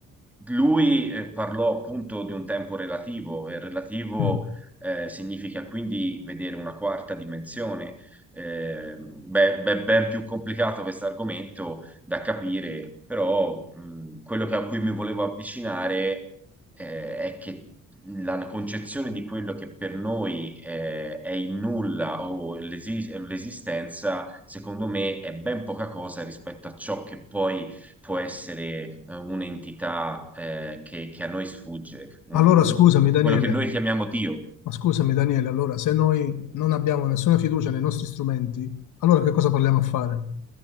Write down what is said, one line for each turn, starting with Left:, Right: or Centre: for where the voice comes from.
Centre: lui eh, parlò appunto di un tempo relativo e relativo
Left: Mm.
Centre: eh, significa quindi vedere una quarta dimensione. Eh, beh, beh, ben più complicato questo argomento da capire, però mh, quello che- a cui mi volevo avvicinare eh, è che la concezione di quello che per noi eh, è il nulla o l'esi- l'esistenza, secondo me, è ben poca cosa rispetto a ciò che poi può essere eh, un'entità eh, che, che a noi sfugge, un-
Left: Allora, scusami, Daniele,
Centre: quello che noi chiamiamo Dio.
Left: ma scusami, Daniele, allora, se noi non abbiamo nessuna fiducia nei nostri strumenti, allora che cosa parliamo a fare?